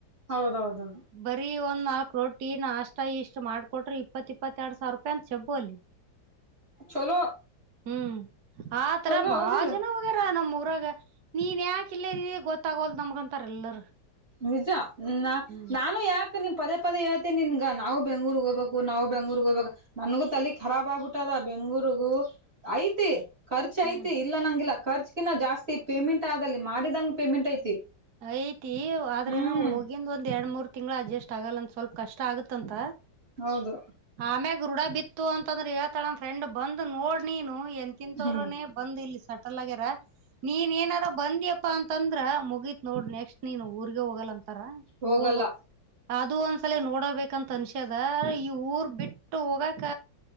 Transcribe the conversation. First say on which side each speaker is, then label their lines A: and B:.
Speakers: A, on the right; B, on the right.
A: ಹೌದೌದು
B: ಬರೀ ಒಂದ್ ನಾಲ್ಕ್ು ರೋಟಿ ನ ಅಷ್ಟ ಇಷ್ಟು ಮಾಡ್ ಕೊಟ್ರೆ ಇಪ್ಪತ್ತ ಇಪ್ಪತ್ತ ಎರಡ್ಾವರ ರೂಪಾಯಿ ಅಂತ ಶಬೋಲಿ
A: ಚಲೋ
B: ಹ್ಮ್ ಆ ತರ
A: ಚಲೋ
B: ಬಾಳ
A: ಹೌದಿಲ್ಲ
B: ಜನ ರ ನಮ್ ಊರಾಗ ನೀನ್ ಯಾಕ ಇಲ್ಲೇದಿ ಗೊತ್ತಾಗೋಲ್ ನಮ್ಗಂತಾರ ಎಲ್ಲರು
A: ನಿಜ ಹ
B: ಹ್ಮ್
A: ನಾನು ಯಾಕೆ ನೀನ್ ಪೇ ಪದೇಳ್ೇಿನ್ಗ ನಾವು ಬೆಂಗ್ೂಗ್ ಹೋಗಬೇಕು ನಾವು ಬೆಂಗ್ೂರ್ಗ್ ಹೋಗಬೇಕಕ್ ನನ್ಗು ತಲೆ ಖರಾಬ್ ಆಗ್ಬಿಟ್ಟದ ಬೆಂಗ್ಳೂರ್ಗು ಐ್ತಿ ಖರ್ಚು
B: ಹ್ಮ್
A: ಐತಿ ಇಲ್ಲ ನಂಂಗಿಲ್ಲ ಖರ್ಚಗಿ ಜಾಸ್ತಿ ಪೇಮೆಂಟ್ ಆಲ್ಲಿ ಮಾಡಿದಂಗೆ ಪೇಮೆಂಟ್ ಐತಿ
B: ಐತಿ ಆದ್ರೇನು
A: ಹ್ಮ್
B: ಹೋಗಿಂದ ಒಂದ್ ಎರಡ್ ಮೂರ್ ತಿಂಗಳು ಅಡ್ಜಸ್ಟ್ ಆಗಲ್ಲಂದ ಸ್ವಲ್ಪ ಕಷ್ಟ ಆಗುತ್ತಂತ
A: ಹೌದು
B: ಆಮ್ಯಾಗ ೃಢ ಬಿತ್ತು ಅಂತಂದ್ರ ಹೇಳ್ತಾಳ ನಮ್ಮ ಫ್ರೆಂಡ್ ಬಂದ್ ನೋಡ್ ನೀನು ಎ ಕಿಂತವ್ರನೆ
A: ಹ್ಮ್
B: ಬಂದ್ ಇಲ್ಲಿ ಸಟಲ್ ಆಗ್ಯಾರ ನೀನ್ ಏನಾರ ಬಂದ್ಯಪ್ಪಾ ಅಂತಂದ್ರ ಮುಗ ನೋಡ್ ನೆಕ್ಸ್ಟ್ ನೀನು ಊರ್ಗೆ ಹೋಗಲ್ಲ ಅಂತಾರ
A: ಹೋಗಲ್ಲ
B: ನೋಡ್ಬಕ್ ಅದು ಒಂದ್ಸಲ ನೋಡಬೇಕಂತ ಅನ್ಸ್ಯದ ಈ ಊರ್ ಬಿಟ್ಟ ಹೋಗಕ